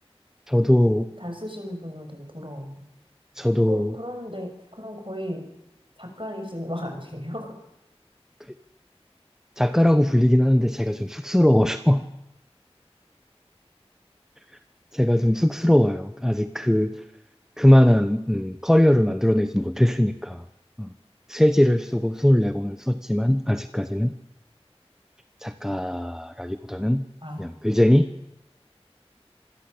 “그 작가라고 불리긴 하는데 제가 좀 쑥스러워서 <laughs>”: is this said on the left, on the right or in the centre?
Centre